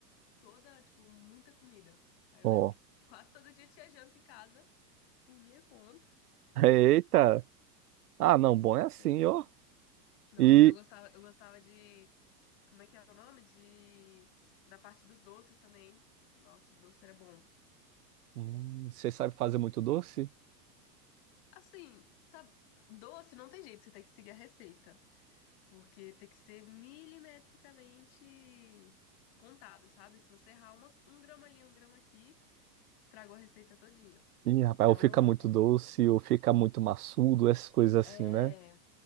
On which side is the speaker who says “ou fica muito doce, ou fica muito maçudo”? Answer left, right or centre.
Right